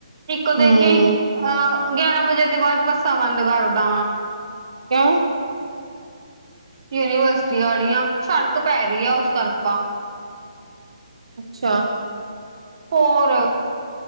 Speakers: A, on the right; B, on the right.
A: ਇੱਕ ਦੇਖੀ
B: ਹੂੰ
A: ਅਹ ਗਿਆਰਾਂ ਵਜੇ ਤੋਂ ਬਾਅਦ ਬੱਸਾਂ ਬੰਦ ਕਰਦਾ।
B: ਕਿਉ
A: ਯੂਨੀਵਰਸਿਟੀ ਵਾਲੀਆਂ ਸੜਕ ਪੈ ਰਹੀ ਆ ਉਸ ਕਰਕਾ।
B: ਅੱਛਾ।
A: ਹੋਰ